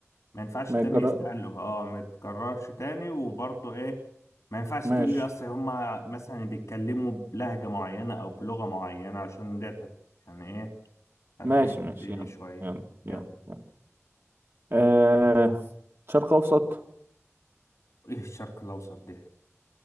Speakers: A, on the left (about 75°); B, on the right (about 50°).
A: ما ينفعش
B: ما
A: التاني
B: يكرر
A: يسأله اه ما يتكررش تاني وبرضه ايه ما ينفعش
B: ماشي
A: تقول لي اصل هما مثلا بيتكلموا بلهجة معينة او بلغة معينة عشان ديت هت- يعني ايه هتضايق
B: ماشي ماشي
A: الدنيا
B: يلا
A: شوية
B: يلا يلا,
A: يلا
B: يلا. آه. شرق اوسط
A: ايه الشرق الاوسط دي